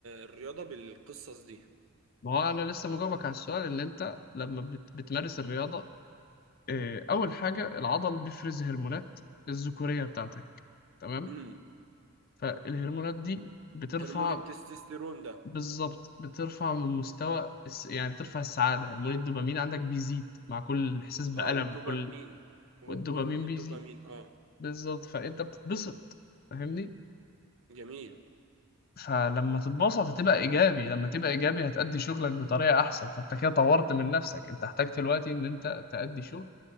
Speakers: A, on the right (about 60°); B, on the left (about 40°).
A: الرياضه بالقصص دي
B: ما هو انا لسه مجاوبك على السؤال اللي انت لما بت... بتمارس الرياضة آه، اول حاجة العضل بيفرز هرمونات الذكورية بتاعتك تمام
A: امم
B: فالهرمونات دي بترفع
A: هرمون التستوستيرون ده
B: بالظبط بترفع من مستوى الس... يعني بترفع السعادة هرمون الدوبامين عندك بيزيد مع كل احساس بألم
A: اه والدوبامين
B: كل
A: و-
B: والدوبامين
A: وهرمون
B: بيزيد
A: الدوبامين اه
B: بالظبط فانت بتتبسط فاهمني
A: جميل
B: فلما تتبسط هتبقى ايجابي لما تبقى ايجابي هتأدي شغلك بطريقه احسن فانت كده طورت من نفسك انت احتاج دلوقتي ان انت تأدي شغل